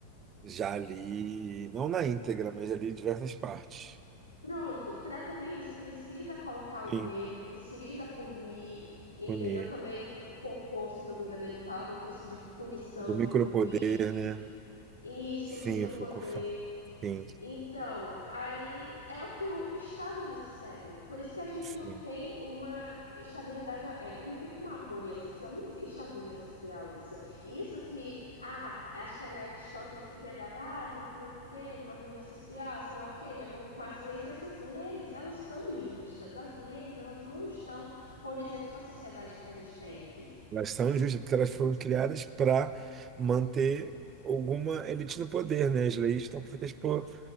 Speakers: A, on the right; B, on the left.
A: Já ali, não na íntegra, mas ali em diversas partes.
B: Pronto, trata bem isso. Precisa colocar o
A: Sim,
B: medo, precisa punir, entendeu?
A: punir.
B: Também focou, se não me engano, ele fala muito isso de punição,
A: Do micropoder,
B: de punir.
A: né?
B: Isso,
A: Sim,
B: micropoder.
A: o Foucault. Sim,
B: Então, aí é o que o, o Estado ele segue. Por isso que a gente
A: sim.
B: não tem uma estabilidade, é, não tem uma harmonia social, não existe harmonia social isso. Isso que, ah, acho que era Aristóteles que pregava, ah, tem que manter uma harmonia social, sei lá o quê, de acordo com as leis, mas as leis, elas estão injustas, as leis, elas não estão condizentes com a sociedade que a gente tem aqui.
A: Elas são injustas, porque elas foram criadas para manter alguma elite no poder, né? As leis estão feitas por,